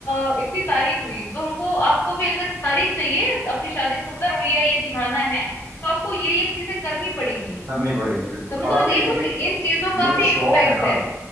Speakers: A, on the left; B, on the right.
A: अ, इतनी तारीफ हुई तो हमको आपको भी अगर तारीफ चाहिए आपकी शादी सुंदर हुई है ये दिखाना है तो आपको ये ये चीजें करनी पड़ेंगी
B: करनी पड़ेगी बिल्कुल
A: समझ
B: और
A: रहे
B: आप
A: हो तो
B: ये
A: ये
B: देखिए
A: कुछ
B: कि
A: इन चीजों का
B: ये जो
A: भी
B: शो
A: इम्पैक्ट
B: ऑफ है ना
A: है